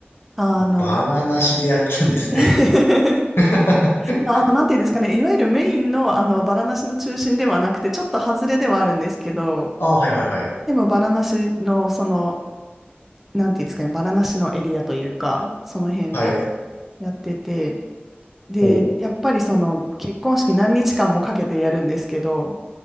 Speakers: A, in the centre; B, on the left.
A: あの、
B: バラなしでやったんですね。
A: <laughs>
B: <laughs>
A: まあの、なんていうんですかね、いわゆるメインの、あの、バラナシの中心ではなくて、ちょっと外れではあるんですけど、
B: ああ、はいはいはい。
A: でも、バラナシの、その、なんていうんですかね、バラナシのエリアというか、その辺で
B: はい。
A: やってて、で、
B: おう。
A: やっぱりその結婚式何日間もかけてやるんですけど、